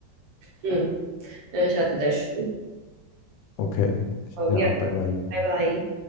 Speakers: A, on the right; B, on the left.
A: 嗯，那就下次再说。
B: OK，先这样，
A: 好呀，
B: 拜拜。
A: 拜拜。